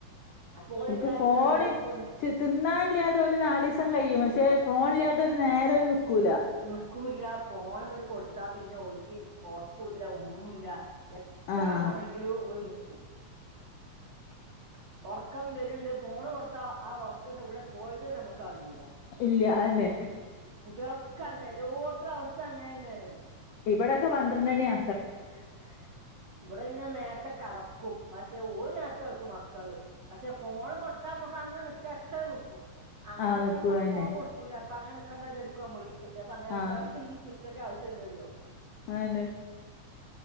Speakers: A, on the right; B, on the left.
A: അപ്പോ
B: എനിക്ക്
A: ജാ
B: ഫോണ്
A: ഇതായില്ലേ <unintelligible> <unintelligible>
B: തിന്നാനില്ലാത്തോല് നാലീസം കഴിയും പക്ഷെ ഫോണില്ലാത്തോര് നേരെ നിക്കൂല
A: വെക്കൂല്ല ഫോൺ അങ്ങട് കൊടുത്താ പിന്നെ ഓൽക് <unintelligible> ഉർക്കൊല്ല ഊണില്ല എത്ര
B: ആഹ്
A: വേണെങ്കിലും ഓന് <unintelligible> ഒർക്കം വരുണ്ട് ഫോണ് കൊടുത്താ ആ ഉർക്കൊക്കെ ഇവിടെ പോയത് നമ്മ <unintelligible>
B: ഇല്ല അതന്നെ
A: കുട്ടികളൊക്കെ അങ്ങനെ എല്ലോടത്ത അവസ്ഥയും അങ്ങനെ തന്നെയാണ്
B: ഇവിടൊക്കെ
A: ഇവിടെക്കെ
B: പന്ത്രണ്ടണിയാ
A: പന്ത്രണ്ട് മണിയാവും കെടക്കാന് ഇവിടെ പിന്നെ നേരത്തെ ക്കും പക്ഷെ ഒരു <unintelligible> മക്കള് പക്ഷെ ഫോണ് കൊടുത്താ നമ്മക്ക് അങ്ങനെ നിക്ക എത്ര നിക്കും അങ്ങനെ
B: ആഹ്
A: നിക്കണ
B: നിക്കുവന്നെ
A: സമയം ഫോൺ കൊടുക്കൂല്ല അപ്പൊ അങ്ങനെ നിക്കാണ്ടാന്നു വിചാരിക്കും അമ്മള് എത്തിയപ്പ അങ്ങനെ
B: ആഹ്
A: <unintelligible> <unintelligible> ആവശ്യം ഇല്ലല്ലോ
B: <unintelligible>